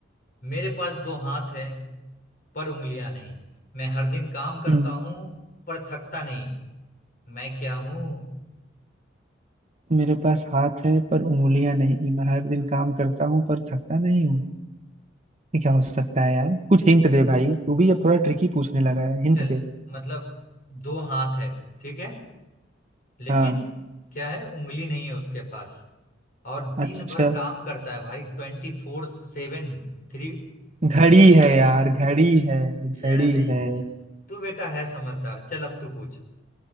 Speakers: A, on the left (about 50°); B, on the right (about 35°).
A: मेरे पास दो हाथ है पर उंगलियां नहीं मैं हर दिन काम करता
B: हम्म
A: हूँ पर थकता नहीं मैं क्या हूँ
B: मेरे पास हाथ है पर उंगलियां नहीं मैं हर दिन काम करता हूँ पर थकता नहीं हूँ ये क्या हो सकता है यार कुछ हिंट दे भाई तू भी अब थोड़ा ट्रिकी पूछने लगा है हिंट
A: चल
B: दे
A: मतलब दो हाथ है ठीक है लेकिन
B: हाँ
A: क्या है उंगली नहीं है उसके पास और
B: अच्छा
A: दिन भर काम करता है भाई ट्वेंटी फोर सेवन थ्री
B: घड़ी
A: ठीक है
B: है यार घड़ी है
A: यार
B: घड़ी
A: यार
B: है
A: तू बेटा है समझदार चल अब तू पूछ